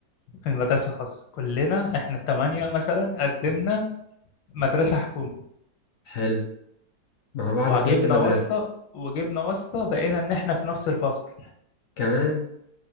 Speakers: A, on the left; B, on the left.
A: في مدرسه خاصه كلنا احنا الثمانيه مثلا قدمنا مدرسه حكومه
B: حلو مع بعض
A: وجبنا
B: في نفس المدرسة
A: واسطة وجبنا واسطة بقينا ان احنا في نفس الفصل
B: كمان